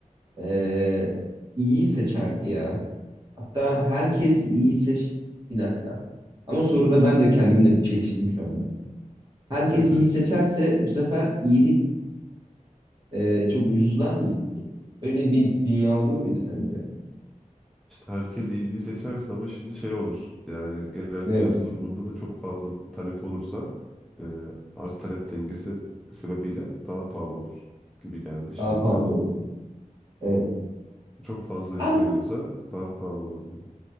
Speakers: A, on the right (about 35°); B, in the centre.
A: ee, iyi seçerdi ya. Hatta herkes iyi seç... Bir dakika. Ama soruda ben de kendimle bir çeliştim şu anda. Herkes
B: <laughs>
A: iyi seçerse bu sefer iyilik e, çok ucuzlar mıydı ki? Öyle bir dünya olur muydu sence?
B: İşte herkes iyiliği seçerse ama şimdi şey olur. Yani genel
A: Ne
B: piyasa
A: olur?
B: durumunda da çok fazla talep olursa e, arz talep dengesi sebebiyle daha pahalı olur gibi geldi şimdiden
A: Daha pahalı
B: bu.
A: olur. Evet.
B: Çok fazla
A: Ben
B: isteniyorsa daha pahalı olur diyor.